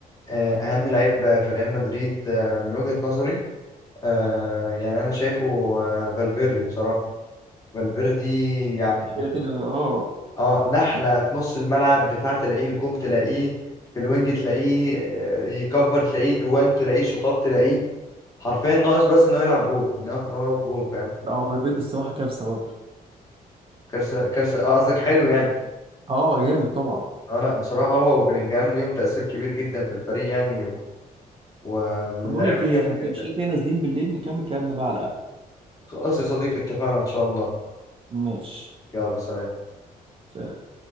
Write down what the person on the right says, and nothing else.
كده كده اه
لا هو فالفيردي الصراحه كارثه برضه
اه جامد طبعا
طب
بقول لك ايه
احنا كده-
مش كده كده نازلين بالليل نكمل كلامنا بقى على القهوه
ماشي
سلام.